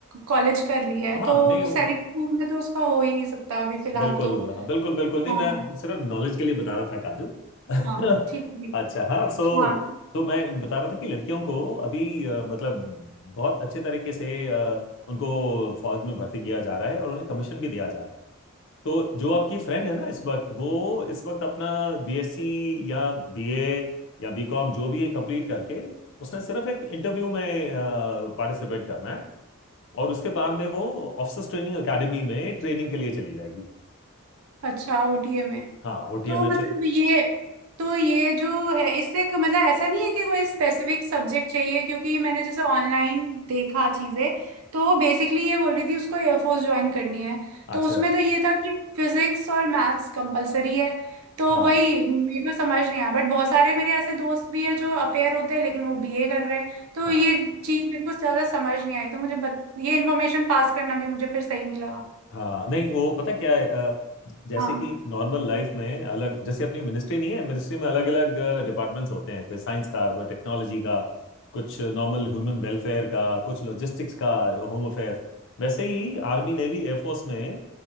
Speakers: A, on the right; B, on the left.
A: कॉलेज कर रही है
B: हाँ
A: तो
B: नहीं
A: सैनिक स्कूल में तो उसका हो ही नहीं सकता अभी फिलहाल
B: बिल्कुल
A: तो
B: हाँ बिल्कुल बिल्कुल नहीं
A: हाँ
B: मैं सिर्फ नॉलेज के लिए बता रहा था काजू <laughs>
A: हाँ ठीक ठीक
B: अच्छा हाँ सो
A: हाँ
B: तो मैं बता रहा था कि लड़कियों को अभी अ, मतलब बहुत अच्छे तरीके से अ, उनको फौज में भर्ती किया जा रहा है और उन्हें कमीशन भी दिया जा रहा है तो जो आपकी फ्रेंड है ना इस वक्त वो इस वक्त अपना बीएससी या बीए या बीकॉम जो भी है कंप्लीट करके उसने सिर्फ एक इंटरव्यू में पार्टिसिपेट करना है और उसके बाद में वो ऑफिसर्स ट्रेनिंग एकेडमी में ट्रेनिंग के लिए चली जाएगी
A: अच्छा ओटीए में
B: हाँ ओ
A: तो
B: टी एम एच
A: मतलब ये तो ये जो है इससे क- मतलब ऐसा नहीं है कि कोई स्पेसिफिक सब्जेक्ट चाहिए क्योंकि मैंने जैसे ऑनलाइन देखा चीजें तो वो बेसिकली ये बोल रही थी उसको एयरफोर्स ज्वाइन करनी है तो
B: अच्छा
A: उसमें तो ये था कि फिजिक्स और मैथ्स कंपलसरी है तो
B: हाँ
A: वही मेरे को समझ नहीं आया बट बहुत सारे मेरे ऐसे दोस्त भी हैं जो अपेयर होते हैं लेकिन वो बीए कर रहे हैं तो
B: हाँ
A: ये चीज मेरे को ज्यादा समझ नहीं आई तो मुझे बत, ये इन्फॉर्मेशन पास करना भी मुझे फिर सही नहीं लगा
B: हाँ नहीं वो पता क्या है अ, ज- जैसे
A: हाँ
B: कि नॉर्मल लाइफ में अलग जैसे अपनी मिनिस्ट्री नहीं है मिनिस्ट्री में अलग अलग डिपार्टमेंट्स होते हैं कोई साइंस का कोई टेक्नोलॉजी का कुछ नॉर्मल ह्यूमन वेलफेयर का कुछ लॉजिस्टिक्स का होम अफेयर्स वैसे ही आर्मी नेवी एयरफोर्स में